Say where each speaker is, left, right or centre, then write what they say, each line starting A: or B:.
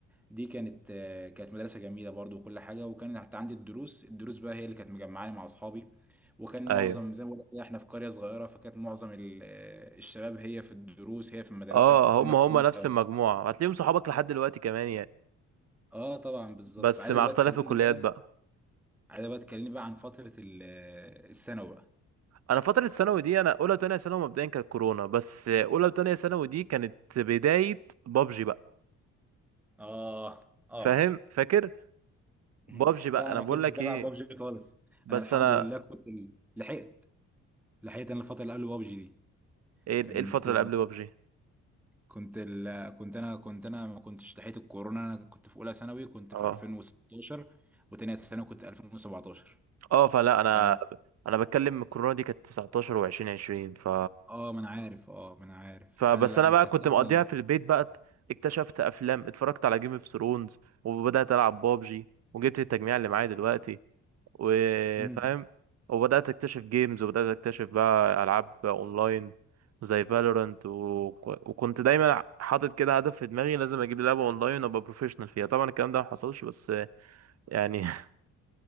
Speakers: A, in the centre; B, on the right (about 55°).
A: دي كانت آه، كانت مدرسة جميلة برضو وكل حاجة وكان حتى عندي الدروس الدروس بقى هي اللي كانت مجمعاني مع أصحابي وكان
B: ايوه
A: معظم زي ما بقول لك كده احنا في قرية صغيرة فكانت معظم ال- آه، الشباب هي في الدروس هي في المدرسة
B: اه
A: فكنا
B: هم
A: كلنا
B: هم نفس
A: سوا
B: المجموعه هتلاقيهم صحابك لحد دلوقتي كمان يعني
A: اه طبعا بالظبط
B: بس
A: عايزك
B: مع
A: بقى
B: اختلاف
A: تكلمني
B: الكليات
A: بقى
B: بقى
A: عايزك بقى تكلمني بقى عن فترة ال- آه، الثانوي بقى
B: انا فتره الثانوي دي انا اولى وثانيه ثانوي مبدئيا كانت كورونا بس اولى وثانيه ثانوي دي كانت بدايه بابجي بقى
A: اه اه
B: فاهم فاكر
A: <laughs>
B: بابجي بقى
A: لا
B: انا
A: انا
B: بقول
A: ما كنتش
B: لك
A: بلعب
B: ايه
A: بابجي خالص
B: بس
A: انا الحمد
B: انا
A: لله كنت ال- لحقت لحقت انا الفترة اللي قبل بابجي دي
B: ايه
A: كانت
B: إيه الفترة اللي قبل بابجي
A: كنت ال... كنت انا كنت انا ما كنتش لحقت الكورونا انا كنت في اولى ثانوي كنت
B: اه
A: في 2016 وتانية ثانوي كنت 2017
B: اه فلا انا
A: ف
B: انا بتكلم الكورونا دي كانت 19 و20 20 ف
A: اه ما انا عارف اه ما انا عارف
B: فبس
A: انا لا
B: انا
A: انا
B: بقى
A: كانت
B: كنت
A: اجمل
B: مقضيها في البيت بقى اكتشفت افلام اتفرجت على جيم اوف ثرونز وبدات العب بابجي وجبت التجميع اللي معايا دلوقتي وفاهم
A: امم
B: وبدات اكتشف جيمز وبدات اكتشف بقى العاب اونلاين زي فالورانت و... وكنت دايما حاطط كده هدف في دماغي لازم اجيب لعبه اونلاين وابقى بروفيشنال فيها طبعا الكلام ده ما حصلش بس يعني <laughs>